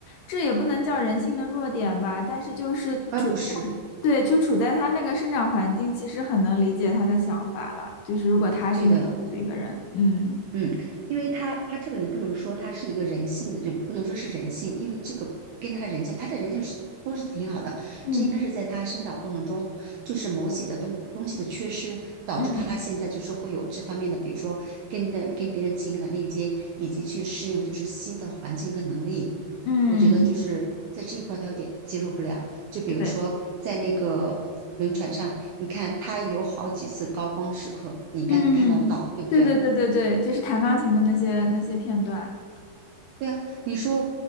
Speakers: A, on the left (about 80°); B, on the right (about 75°).
A: 这也不能叫人性的弱点吧，但是就是处在
B: 哎，不是，
A: 对，就处在他那个生长环境，其实很能理解他的想法了。就是如果他是那样子的一个人，
B: 对的，
A: 嗯
B: 嗯，因为他他这个你不能说他是一个人性的，就不能说是人性，因为这个跟他的人性，他的人性是都是挺好的。
A: 嗯
B: 这应该是在他生长过程中，就是某些的东东西的缺失，导致他现在就是会有这方面的，
A: 嗯
B: 比如说跟的跟别人情感的链接，以及去适应就是新的环境跟能力。
A: 嗯，
B: 我觉得就是在这一块儿他有点接受不了。就比如说在那个轮船上，
A: 对，
B: 你看他有好几次高光时刻，你应该能看到得到，
A: 嗯，
B: 对不对？
A: 对对对对对，就是弹钢琴的那些那些片段，
B: 对啊，你说